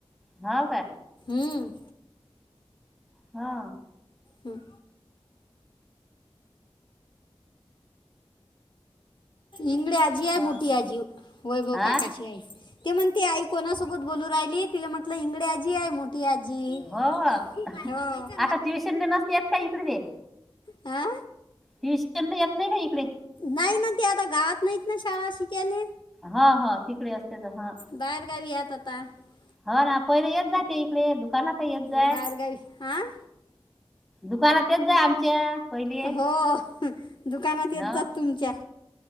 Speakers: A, in the centre; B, on the left.
A: हा काय
B: हम्म
A: हा
B: हम्म इंग अजी आय
A: वा.
B: मोठी आजी वैभव
A: हा
B: काकाची आय. ते म्हणते आई कोणासोबत बोलू राहिली तिला म्हटलं इंगडे आजी आहे. त आजी
A: हो हो.
B: हो
A: आता ट्युशनला नसते येत का इकडे ते
B: हा
A: <unintelligible> येत नाही का इकडे?
B: नाही ना ते आता गावात नाहीत ना शाळा शिकायला.
A: हा हा तिकडे असते तर हा.
B: बाहेरगावी <unintelligible>
A: ह ना पहिले येत जाय ते इकडे दुकानात येत
B: बाहेरगावी
A: जाय.
B: हा
A: दुकानात यच जा आमच्या. पहिले
B: हो दुकानात येत
A: ह
B: जात तुमच्या